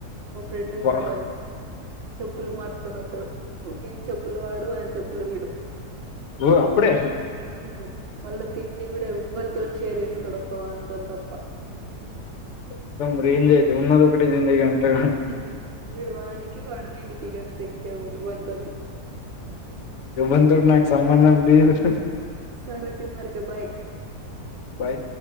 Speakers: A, on the right; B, on the left.
A: మా ఫ్రెండ్ గాడని
B: వా-
A: చెప్పులు మార్చుకొని వస్తాడు ఈయన చెప్పులు వాడు ఆయన చెప్పులు వీడు
B: ఓ అప్పుడే
A: ఉ మళ్ళ తిండి కూడా ఎవ్వలతోని షేర్ చేసుకోడు ఒక వానితో తప్ప
B: మొత్తం రేంజ్ అయితే ఉన్నది ఒకటే జిందగీ అంటాడు
A: హు వీడువానికి వాడు వీనికి ఇగంతే ఇంక ఎవ్వనితోని
B: ఎవ్వనితోని నాకు సంబంధం లేదు హు
A: సరే తి మరి ఇగ బాయ్
B: బాయ్